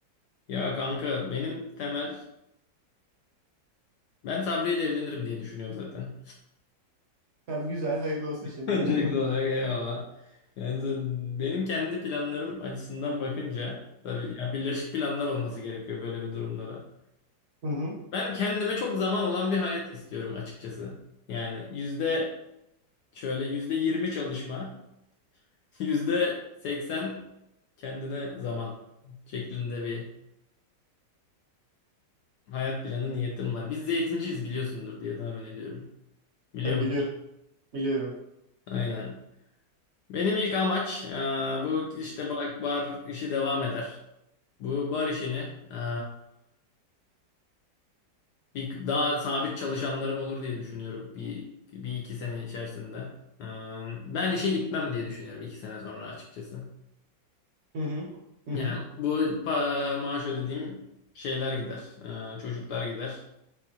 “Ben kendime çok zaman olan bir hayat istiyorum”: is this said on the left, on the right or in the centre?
Left